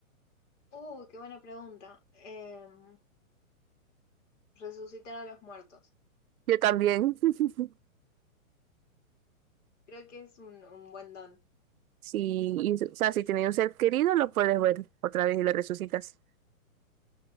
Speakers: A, on the left; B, on the right.
A: Uh, qué buena pregunta. Em, resucitar a los muertos.
B: Yo también. <laughs>
A: Creo que es un, un buen don.
B: Sí, y, o sea, si tienes un ser querido, lo puedes ver otra vez y lo resucitas.